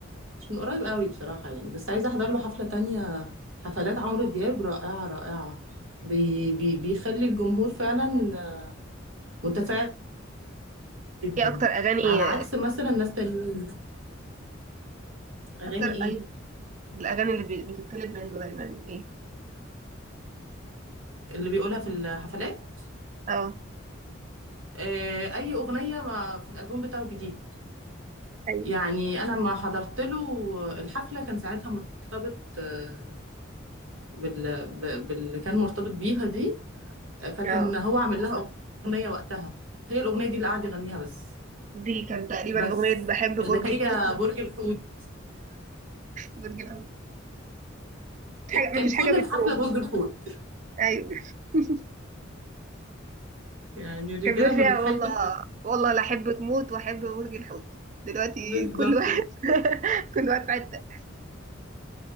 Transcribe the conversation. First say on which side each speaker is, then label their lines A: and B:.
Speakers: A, on the right; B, on the right.
A: مش من قريب قوي بصراحه يعني بس عايزه احضر له حفله تانية حفلات عمرو دياب رائعه رائعه بي بي بيخلي الجمهور فعلا آه، متفاعل جدا
B: ايه أكتر أغاني
A: على عكس مثلا ناس تانيين اغاني
B: أكتر أيوه
A: ايه
B: الأغاني اللي بي- بتطلب منه دايما ايه؟
A: اللي بيقولها في الحفلات
B: اه
A: أه اي اغنيه ما في الالبوم بتاعه الجديد
B: أيوة.
A: يعني انا ما حضرت له الحفله كان ساعتها مرتبط آه، بال ب- باللي كان مرتبط بيها دي فكان
B: اه
A: هو عامل لها أغنية وقتها هي الأغنية دي اللي قعد يغنيها بس
B: دي كان تقريبا
A: بس
B: أغنية بحب
A: اللي
B: برج
A: هي
B: الحوت <laughs>
A: برج الحوت
B: برج الحوت مفيش حاجة
A: كان
B: مفيش حاجة
A: كل الحفلة
B: بتدوم
A: برج الحوت
B: أيوه <laughs>
A: يعني الرجالة
B: كان بيقول
A: ما
B: فيها
A: بتحب
B: والله والله لا احبك موت واحب برج الحوت دلوقتي
A: بالظبط
B: كل واحد <laughs> كل واحد في حته